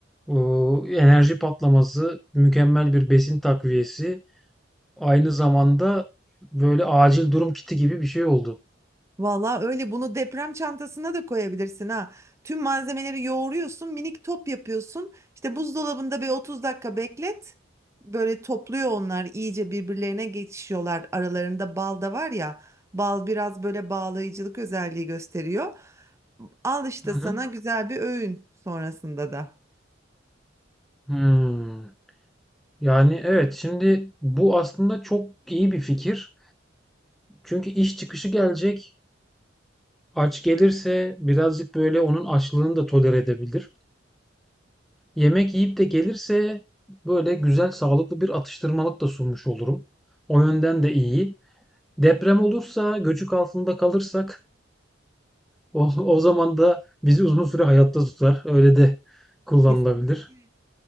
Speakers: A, in the centre; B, on the right.
A: O enerji patlaması, mükemmel bir besin takviyesi, aynı zamanda böyle acil durum kiti gibi bir şey oldu.
B: Valla öyle bunu deprem çantasına da koyabilirsin ha. Tüm malzemeleri yoğuruyorsun, minik top yapıyorsun. İşte buzdolabında bir 30 dakika beklet. Böyle topluyor onlar, iyice birbirlerine geçişiyorlar. Aralarında bal da var ya. Bal biraz böyle bağlayıcılık özelliği gösteriyor. Al işte
A: Hı hı.
B: sana güzel bir öğün sonrasında da.
A: Hmm. Yani evet şimdi bu aslında çok iyi bir fikir. Çünkü iş çıkışı gelecek. Aç gelirse birazcık böyle onun açlığını da tolere edebilir. Yemek yiyip de gelirse böyle güzel sağlıklı bir atıştırmalık da sunmuş olurum. O yönden de iyi. Deprem olursa, göçük altında kalırsak o, o zaman da bizi uzun süre hayatta tutar. Öyle de kullanılabilir.
B: Kesinlikle.